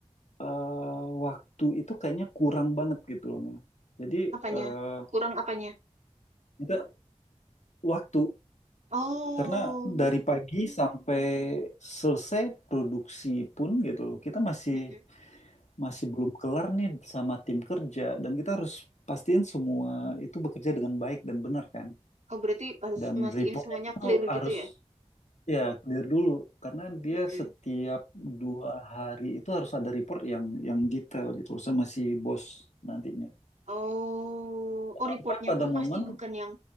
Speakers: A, on the left; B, on the right.
A: eh, waktu itu kayaknya kurang banget gitu loh. Nah. Jadi
B: Apanya?
A: eh,
B: Kurang apanya?
A: kita waktu
B: Oh,
A: karena dari pagi sampai selesai produksi pun gitu kita masih
B: mm-mm.
A: masih belum kelar nih sama tim kerja dan kita harus pastiin semua itu bekerja dengan baik dan benar kan
B: Oh, berarti harus
A: dan
B: mastiin
A: reportnya
B: semuanya
A: itu
B: clear
A: harus
B: gitu ya.
A: ya clear dulu karena dia
B: Mm-mm.
A: setiap dua hari itu harus ada report yang yang detail gitu sama si bos nantinya
B: Oh, oh
A: sampai
B: reportnya
A: pada
B: pun
A: momen
B: pasti bukan yang